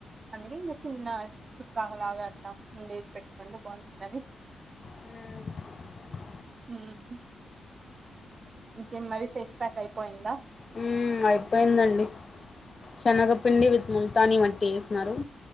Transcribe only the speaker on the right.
అధి ఇంకా చిన్న చుక్కాలాగా అట్లా ఉండేది పెట్టుకంటే బాగుంటుందని
హ్మ్ ఇంకేం మరి ఫేష్ ప్యాక్ అయిపోయిందా